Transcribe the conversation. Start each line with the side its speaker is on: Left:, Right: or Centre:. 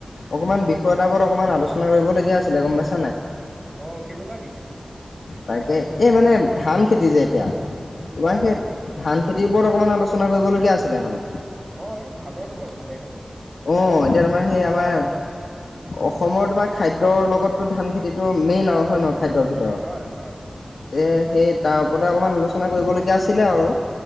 Left: অকমান বিষয় এটাৰ ওপৰত অকনমান আলোচনা কৰিবলগীয়া আছিলে গম পাইছ
Right: আহ কেনেকুৱা বিষয়?
Left: তাকে এই মানে ধান খেতি যে এতিয়া তোমাৰ
Right: অ'
Left: সেই ধান খেতি ওপৰত অকমান আলোচনা কৰিবলগীয়া আছিলে মানে।
Right: অ' এই ভালেই হ'ব ভালেই হ'ব।
Left: অ' এতিয়া তোমাৰ সেই আমাৰ অসমৰ তোমাৰ খাদ্যৰ লগততো ধান। খেতিতটো মেইন আৰু হয়ে নহয় খাদ্যৰ ভিতৰত
Right: হয় হয়।
Left: তে সেই তাৰ ওপৰতে অকণমান আলোচনা কৰিবলগীয়া আছিলে আৰু